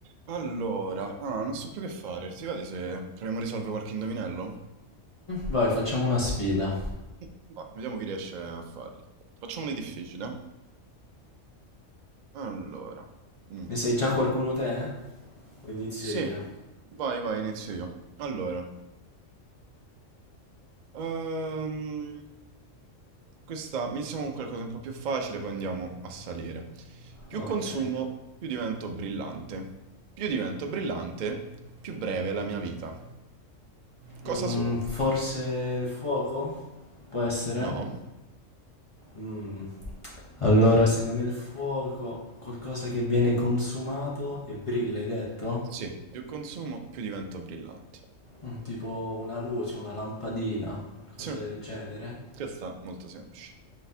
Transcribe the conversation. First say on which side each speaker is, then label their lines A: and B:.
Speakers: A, on the right; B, on the left.
A: Allora, ah, non so più che fare. Ti va di se proviamo a risolvere qualche indovinello?
B: Vai, facciamo una sfida.
A: Mm, Va, vediamo chi riesce a farli. Facciamoli difficili, eh? Allora. mm.
B: Ne sai già qualcuno te? O inizio
A: Sì,
B: io?
A: vai, vai, inizio io. Allora. Ehm, questa, iniziamo con qualcosa un po' più facile, poi andiamo a salire. Più
B: Ok.
A: consumo, più divento brillante. Più divento brillante, più breve è la mia vita. Cosa
B: Mm,
A: sono?
B: forse il fuoco? Può essere?
A: No?
B: Mm. Allora, se non è il fuoco, qualcosa che viene consumato e brilla, hai detto?
A: Sì, più consumo, più diventa brillante.
B: Mm, tipo una luce, una lampadina, qualcosa
A: Sì,
B: del genere.
A: questa è molto semplice.